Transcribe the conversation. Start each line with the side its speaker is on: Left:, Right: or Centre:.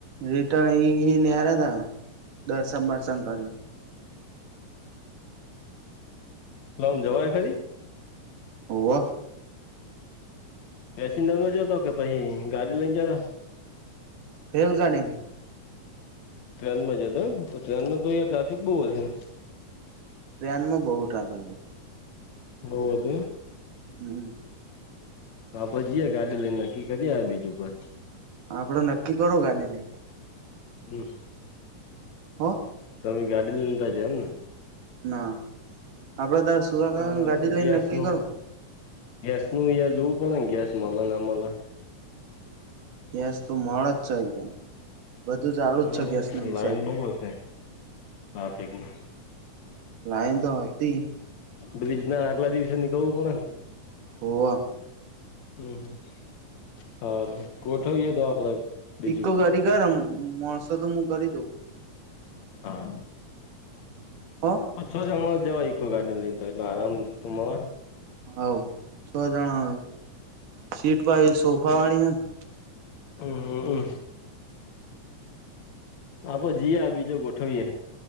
Right: રિટર્ન એ નિહાર્યા હતા દર્શનસન કરી
Left: હમમ જવાય ખરી
Right: હોવા
Left: એસી ન મજો તો કે ભાઈ ગાડી લઈને જના
Right: રેલગાડી
Left: ટ્રેન માં જ તો એમ તો ટ્રેનમાં તો અ ટ્રાફિક બહુ હશે
Right: ટ્રેનમાં બહુ ટ્રાફિક હત
Left: હોવદ
Right: હમ
Left: હભ જઈએ ગાડી લઈને નક્કી કરી્યા બીજુ ઉપર
Right: આપડે નક્કી કરું ગાડીને
Left: હમ
Right: હા.
Left: તમે ગાડી લઈનેતા જ એમ ને.
Right: ના આપડે તાર સુરાકા
Left: અ
Right: ગાડી લઈને
Left: ગેસ
Right: નક્કી
Left: નું
Right: કરો.
Left: ગેસ નું જોવું પડે ને ગેસ મલા ના મલા.
Right: ગેસ તો મળે જ છે. બધું ચાલુ
Left: લાઈન
Right: જ છે ગેસ નો વિષય.
Left: બહુ હશે ટ્રાફિકની
Right: લાઈન તો હતી.
Left: બ્રિજ ના આગલા દિવસે નીકળવું પડે ને.
Right: હોવ
Left: હમ હમ હા ગોઠવીએ તો આપડે બીજું
Right: ઈકો
Left: પર
Right: ગાડી ગરમ માણસો તો હું કરી દઉ.
Left: હા.
Right: હો
Left: ઓછો <unintelligible> આરામ તો મળે
Right: હોવ છ જણા સીટ ભાઈ સોફા વાળી હેને
Left: હમ્મ હમ્મ આપ જીએ બીજો ગોઠવીએ.